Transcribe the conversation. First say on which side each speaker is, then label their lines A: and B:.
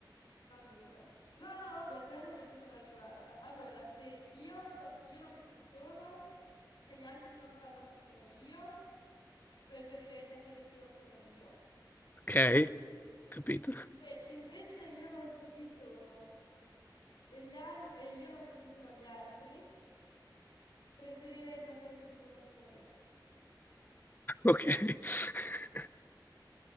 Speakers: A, on the left; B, on the left.
A: allora. No, no, vabbè, secondo me ci sono arrivata. Allora, se io so, io non so chi sono e gli altri non sanno chi sono io. Preferirei sapere chi non sono io.
B: ok? Capito?
A: Se invece io non so chi sono e, gli al- e io non so chi sono gli altri, preferirei sapere sì chi non sono gli altri.
B: Ok. <laughs>